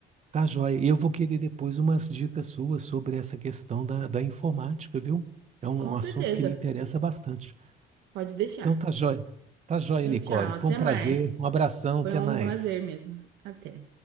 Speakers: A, on the right (about 40°); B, on the right (about 85°).
A: tá joia. E eu vou querer depois umas dicas suas sobre essa questão da, da informática, viu? É um
B: Com certeza.
A: assunto que me interessa bastante.
B: Pode deixar.
A: Então, tá joia. Tá joia,
B: Tchau,
A: Nicole.
B: tchau. Até
A: Foi um prazer,
B: mais.
A: um abração,
B: Foi
A: até
B: um
A: mais.
B: prazer mesmo. Até.